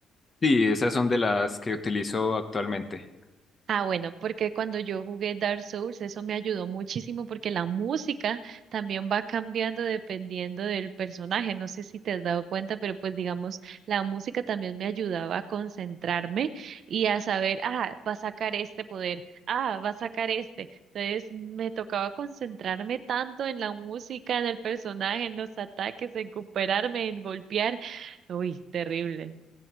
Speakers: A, on the left; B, on the right.
A: Sí, esas son de las que utilizo actualmente.
B: Ah, bueno, porque cuando yo jugué Dark Souls, eso me ayudó muchísimo porque la música también va cambiando dependiendo del personaje. No sé si te has dado cuenta, pero pues digamos, la música también me ayudaba a concentrarme y a saber, ah, va a sacar este poder, ah, va a sacar este. Entonces me tocaba concentrarme tanto en la música, en el personaje, en los ataques, en recuperarme, en golpear. Uy, terrible.